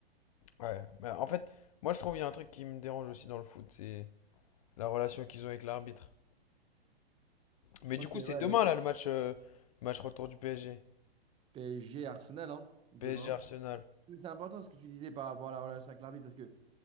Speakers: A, on the left (about 40°); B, on the right (about 20°).
A: Ouais, mais en fait, moi je trouve il y a un truc qui me dérange aussi dans le foot, c'est la relation qu'ils ont avec l'arbitre. Mais
B: Je pense
A: du coup,
B: que ouais,
A: c'est demain
B: les
A: là le match, euh, le match retour du PSG.
B: PSG Arsenal, hein, demain.
A: PSG Arsenal.
B: Mais C'est important ce que tu disais par rapport à la relation avec l'arbitre, parce que